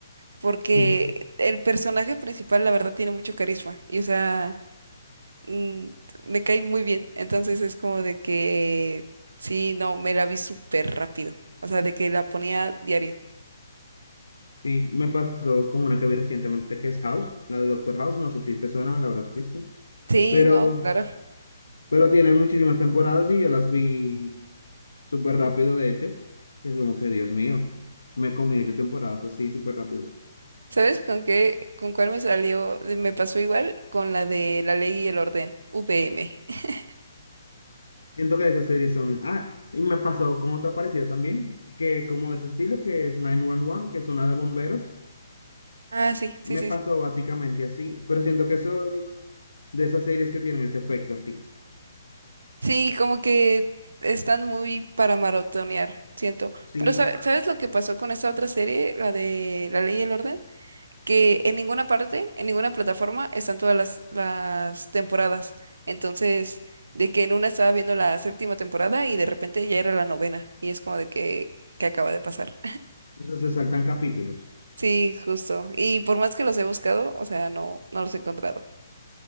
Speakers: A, on the right (about 75°); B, on the left (about 80°).
A: porque
B: <laughs>
A: el personaje principal la verdad tiene mucho carisma y o sea, mm, me cae muy bien, entonces es como de que sí, no, me la vi súper rápido, o sea, de que la ponía diario.
B: y me pasó con una que vi recientemente que es House, la de Doctor House. No sé si te suena, la habrás visto.
A: Sí,
B: Pero,
A: no, claro.
B: pero tiene muchísimas temporadas y yo las vi súper rápido, de hecho. Y es como que, Dios mío, me comí ocho temporadas así súper rápido.
A: ¿Sabes con qué, con cuál me salió? de- Me pasó igual con la de La Ley y el Orden, VM. <laughs>
B: Siento que esas series son... Ah, y me pasó con otra parecida también, que como de ese estilo, que es 911, que es una de bomberos.
A: Ah, sí, sí,
B: Me
A: sí,
B: pasó
A: sí.
B: básicamente así, pero siento que eso de esas series que tienen ese efecto así.
A: Sí, como que están muy para maratonear, siento.
B: Sí,
A: Pero sa- ¿sabes lo que pasó con esta otra serie, la de La Ley y el Orden? Que en ninguna parte, en ninguna plataforma están todas las, las temporadas. Entonces, de que en una estaba viendo la séptima temporada y de repente ya era la novena. Y es como de que, ¿qué acaba de pasar?
B: o sea, se saltan capítulos.
A: Sí, justo. Y por más que los he buscado, o sea, no, no los he encontrado.